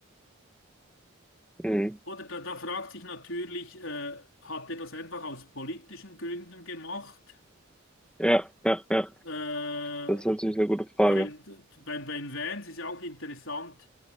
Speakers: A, in the centre; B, on the left.
A: Mhm.
B: oder da, da fragt sich natürlich, äh, hat er das einfach aus politischen Gründen gemacht?
A: Ja, ja, ja.
B: Äh,
A: Das ist natürlich eine gute Frage.
B: weil d- beim, beim Vance ist ja auch interessant,